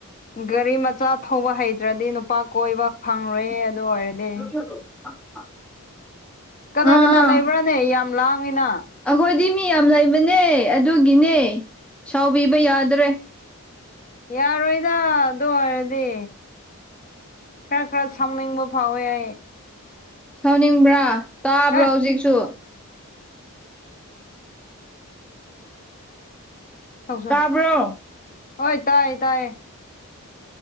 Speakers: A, on the left; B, in the centre.
A: ꯒꯥꯔꯤ ꯃꯆꯥ ꯊꯧꯕ ꯍꯩꯇ꯭ꯔꯗꯤ ꯅꯨꯄꯥ ꯀꯣꯏꯕ ꯐꯪꯔꯦ ꯑꯗꯨ ꯑꯣꯏꯔꯗꯤ
B: <unintelligible>
A: ꯀꯅꯥ
B: ꯑꯥ
A: ꯀꯅꯥ ꯂꯩꯕ꯭ꯔꯥꯅꯦ ꯌꯥꯝ ꯂꯥꯡꯉꯤꯅ
B: ꯑꯩꯈꯣꯏꯗꯤ ꯃꯤ ꯌꯥꯝ ꯂꯩꯕꯅꯦ ꯑꯗꯨꯒꯤꯅꯦ ꯁꯥꯎꯕꯤꯕ ꯌꯥꯗ꯭ꯔꯦ
A: ꯌꯥꯔꯣꯏꯗ ꯑꯗꯨ ꯑꯣꯏꯔꯗꯤ ꯈꯔ ꯈꯔ ꯁꯥꯎꯅꯤꯡꯕ ꯐꯥꯎꯋꯦ ꯑꯩ
B: ꯁꯥꯎꯅꯤꯡꯕ꯭ꯔꯥ ꯇꯥꯕ꯭ꯔꯣ
A: ꯍꯦ
B: ꯍꯧꯖꯤꯛꯁꯨ
A: ꯊꯧꯁ
B: ꯇꯥꯕ꯭ꯔꯣ
A: ꯍꯣꯏ ꯇꯥꯏꯌꯦ ꯇꯥꯏꯌꯦ